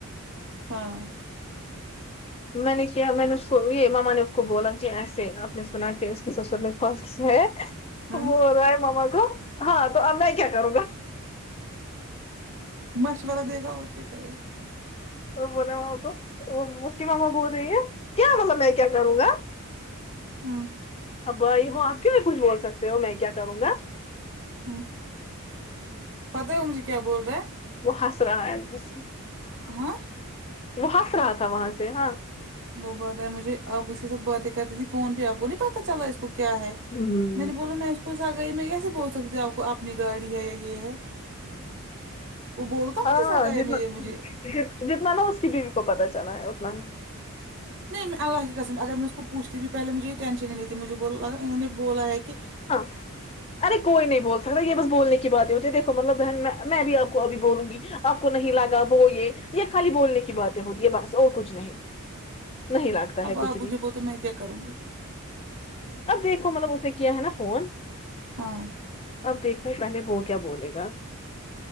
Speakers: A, on the right; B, on the left.
A: ہاں
B: میں نے کیا میں نے اس کو یہ ماما نے اس کو بولا کہ ایسے آپ نے سنا سسر نے کیا ہے تو
A: ہوں
B: وہ ہو رہا ہے ماما کو ہاں تو میں کیا کروں گا
A: مشورہ دے گا اور کیا کرے گا
B: بولے تو وہ اس کی ماما بول رہی ہیں کیا مطلب میں کیا کروں گا
A: ہاں
B: اب بھائی ہو آپ کیوں بھی کچھ بول سکتے ہو میں کیا کروں گا
A: ہوں پتہ ہے وہ مجھے کیا بول رہا ہے
B: وہ ہنس رہا ہے اصلی
A: آ- ہاں
B: وہ ہنس رہا تھا وہاں سے ہاں
A: وہ بوررہا ہے مجھے آپ اس کے ساتھ باتیں کرتی تھی فون پہ آپ کو نہیں پتا چلا اس کو کیا ہے
B: ہمم
A: میں نے بولا میں اس کو سے آ گئی میں کیسے بول سکتی ہوںپ کو اپنی گاڑی ہے یا یہ ہے وہ بولتا
B: ہاں
A: مجھے سگائی
B: جنا
A: میں یہ مجھے
B: جتنا نا اس کی بیوی کو پتا چلا ہے اتنا ہی
A: نہیں میں اللہ کی قسم ہے اگر میں اس کو پوچتی بھی پہلے مجھے یہ ٹینشن ہی نہیں تھی مجھے بولا لگا انہوں نے بولا ہے کہ
B: ہاں ارے کوئی نہیں بول سکتا یہ بس بولنے کی بات ہی ہوتی ہے دھو مطلب بہن میں میں بھی آ کو ابھی بولوں گی آپ کو نہیں لگا وہ یہ یہ خالی بولنے کی باتیں ہوتی ہے بس اور کچھ نہیں نہیں لگتا
A: اب
B: ہے کچھ
A: آپ مجھے
B: بھی
A: بول تو میں کیا کروں گی
B: تب دیکھو مطلب اس نے کیا ہے نا فون
A: ہاں
B: اب دیکھتے ہے پہلے وہ کیا بولے گا